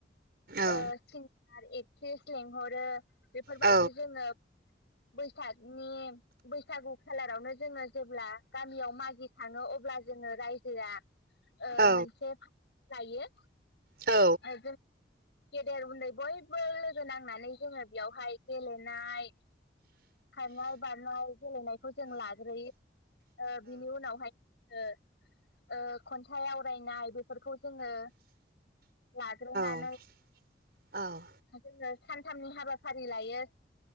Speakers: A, on the right; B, on the left.
A: औ
B: ओ <inaudible> लेंहरो। बेफोर बायदि
A: औ
B: जोङो। बैसागनि बैसागु खालारावनो जोङो जेब्ला गामियाव मागिनो थाङो अब्ला जोङो रायजोआ। ओ
A: औ
B: मोनसे। लायो।
A: औ।
B: जों गेदेर उन्दै बयबो लोगो नांनानै जोङो बेयावहाय। गेलेनाय खारनाय बारनाय गेलेनायखौ जों लाग्रोयो बिनि उनावहाय। ओ खन्थाइ आवरायनाय बे फोरखौ जोङो लाग्रोनानै
A: औ।
B: जोङो सानथामनि हाबाफारि लायो